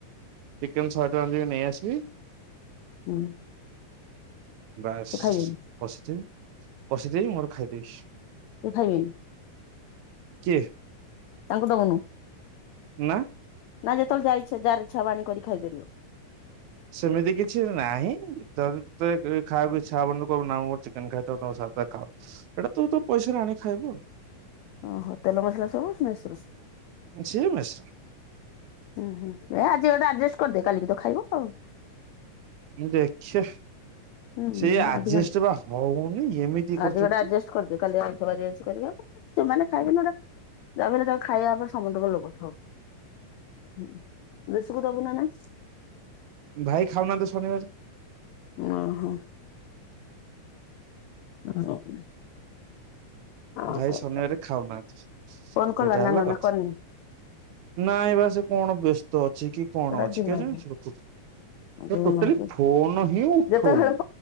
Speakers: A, on the right; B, on the left.
A: ଚିକେନ୍ ଶହେ ଟଆଁ ର ଯିବି ନେଇ ଆସିବି।
B: ହୁଁ
A: ବାସ୍!
B: ସେ ଖାଇବେନି
A: କଷିଦେବି, କଷି ଦେଇ ମୋର ଖାଇଦେବି।
B: ସେ ଖାଇବେନି।
A: କିଏ?
B: ତାଙ୍କୁ ଦଉନୁ।
A: ନାଁ।
B: ନା ଯେତେବେଳେ ଯା ଇଛା, ଯାର୍ ଇଛା, ହବ ଆଣିକ କରି ଖାଇପାରିବ।
A: ସେମିତି କିଛି ନାହିଁ, ଯଦି ତତେ ଖାଇଆକୁ ଇଛା ହବନି, ତୁ କହିବୁ ନା ମୋର ଚିକେନ୍ ଖାଇ ଥାଉ ତମେ ସାଧା ଖାଅ। ଏଟା ତୁ ତ ପଇସାରେ ଆଣିକି ଖାଇବୁ ଆଉ।
B: ଓହୋ! ତେଲ ମସଲା ସବୁ ମେସ୍ ରୁ।
A: ଆଉ ସିଏ ମେସରା
B: ଉ ହୁଁ, ଏ ଆଜି ଗୋଟେ ଆଡ୍ ଜେଷ୍ଟ କରିଦେ, କାଲିକିତ ଖାଇବ ଆଉ।
A: ମୁଁ ଦେଖ!
B: ହୁଁ
A: ସେ ଆଡ୍
B: ଆଜି
A: ଜେଷ୍ଟ
B: ଗୋଟେ
A: ବା ହଉନି, ଏମିତି ଇଏ
B: ଆଜି
A: କରୁଛନ୍ତି।
B: ଗୋଟେ ଆଡଜଷ୍ଟ କରିଦିଅ କାଲି ଆଇଁଷ ବାରି କରିବାକୁ, ସେମାନେ ଖାଇବେନି ଗୋଟେ ତା'ପରେ ତାଙ୍କ ଖାଇବା ଉପରେ ସମସ୍ତଙ୍କ ଲୋଭ ଥିବ। ହୁଁ, ଦେଶକୁ ଦବୁନା ନା!
A: ଭାଇ ଖାଉ ନାନ୍ତି ତ ଶନିବାରେ।
B: ଅଁ, ହଁ। <unintelligible> ଓହୋ
A: ଭାଇ ଶନିବାରେ ଖାଉନାହାଁନ୍ତି। ସେଇଟା
B: ଫୋନ କଲା ନାନୁ
A: ହେଲା
B: ନା ନନା
A: କଥ୍।
B: କରିନି
A: ନାଇଁ ବା ସେ କଣ ବ୍ୟସ୍ତ ଅଛି କି? କଣ
B: ସେଟା
A: ଅଛି
B: ଦିମାଗି
A: କେଜାଣି? ସେ
B: ଦିମାଗି
A: ଟୋଟାଲି ଫୋନ୍ ହିଁ ଉଠଉନି।
B: ଯେତେବେଳେ